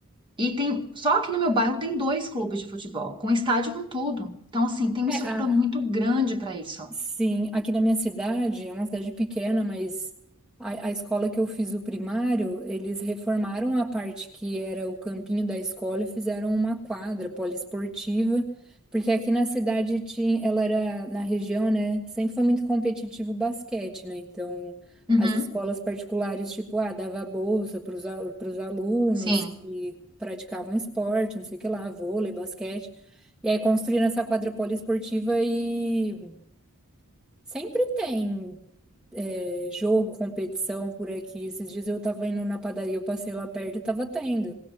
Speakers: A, on the right; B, in the centre.
A: E tem, só aqui no meu bairro tem dois clubes de futebol, com estádio com tudo. Então, assim, tem uma
B: É,
A: estrutura
B: a-
A: muito grande para isso.
B: Sim, aqui na minha cidade, é uma cidade pequena, mas a, a escola que eu fiz o primário, eles reformaram a parte que era o campinho da escola e fizeram uma quadra poliesportiva, porque aqui na cidade tinha, ela era na região, né? Sempre foi muito competitivo o basquete, né? Então,
A: Uhum,
B: as escolas particulares, tipo, ah, dava bolsa para os para os alunos
A: sim.
B: que praticavam esporte, não sei o que lá, vôlei, basquete. E aí construíram essa quadra poliesportiva e Sempre tem é, jogo, competição por aqui. Esses dias eu tava indo na padaria, eu passei lá perto e tava tendo.